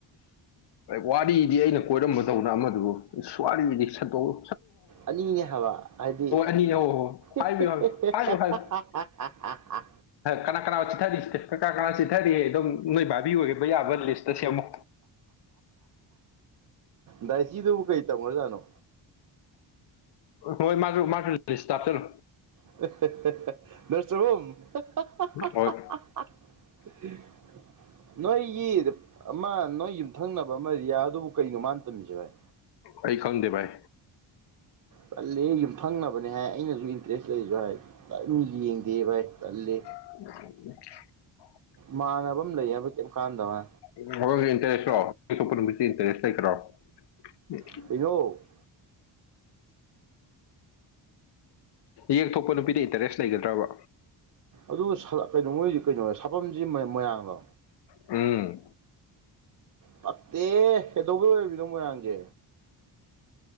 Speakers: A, on the left; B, on the right.
A: ꯋꯥꯔꯤꯗꯤ ꯑꯩꯅ ꯀꯣꯏꯔꯝꯕꯗꯧꯅ ꯑꯃꯗꯨꯕꯨ ꯏꯁ ꯋꯥꯔꯤꯗꯤ ꯁꯠꯇꯣꯛꯎ
B: ꯑꯅꯤꯅꯦ ꯍꯥꯏꯕ ꯍꯥꯏꯗꯤ
A: ꯑꯅꯤ ꯍꯣꯏ ꯍꯣꯏ ꯍꯥꯏꯕꯤꯌꯨ
B: ꯑ
A: ꯍꯥꯏꯕꯤꯌꯨ ꯍꯥꯏꯌꯨ ꯍꯥꯏꯌꯨ
B: ꯑꯥ ꯑꯥ
A: ꯀꯅꯥ ꯀꯅꯥ ꯆꯤꯊꯔꯤꯁꯤ ꯀꯅꯥ ꯀꯅꯥ ꯆꯤꯊꯔꯤꯦ ꯑꯗꯨꯝ ꯅꯣꯏ ꯚꯥꯕꯤ ꯑꯣꯏꯕ ꯌꯥꯕ ꯂꯤꯁꯇ ꯁꯦꯝꯃꯣ
B: ꯗꯥꯏ ꯁꯤꯗꯨꯕꯨ ꯀꯩ ꯇꯧꯈ꯭ꯔꯖꯥꯠꯅꯣ
A: ꯍꯣꯏ ꯃꯥꯁꯨ ꯃꯥꯁꯥꯞꯇꯔꯨ
B: <unintelligible>
A: ꯍꯣꯏ
B: <inaudible> ꯅꯣꯏꯒꯤ ꯑꯃ ꯅꯣꯏ ꯌꯨꯝꯊꯪꯅꯕ ꯑꯃꯔꯤꯌꯥ ꯑꯗꯨꯕꯨ ꯀꯩꯅꯣ ꯃꯥꯅ ꯇꯝꯃꯤꯁꯦꯚꯥꯏ
A: ꯑꯩ ꯈꯪꯗꯦꯚꯥꯏ
B: ꯀꯜꯂꯦ ꯌꯨꯝꯊꯪꯅꯕꯅꯦ ꯍꯥꯏ ꯑꯩꯅꯁꯨ ꯏꯟꯇꯔꯦꯁ ꯂꯩꯁꯨ ꯍꯥꯏ ꯀꯝ ꯌꯦꯡꯗꯦ ꯚꯥꯏ ꯀꯜꯂꯦ
A: <inaudible>
B: ꯃꯥꯟꯅꯕ ꯑꯃ ꯂꯩ ꯍꯧꯕ ꯀꯩ ꯀꯥꯟꯗꯅ
A: <unintelligible>
B: <unintelligible>
A: ꯌꯦꯛꯊꯣꯛꯄ ꯅꯨꯄꯤꯗ ꯏꯟꯇꯔꯦꯁ ꯂꯩꯒꯗ꯭ꯔꯕ
B: ꯑꯗꯨꯒ ꯀꯩꯅꯣ ꯃꯣꯏꯁꯤ ꯀꯩꯅꯣ ꯁꯥꯐꯝꯁꯤ ꯃꯣꯏꯔꯥꯡꯗꯣ
A: ꯎꯝ
B: ꯄꯠꯇꯦ ꯍꯩꯗꯧꯕꯩ ꯑꯣꯏꯕꯤꯅꯣ ꯃꯣꯏꯔꯥꯡꯁꯦ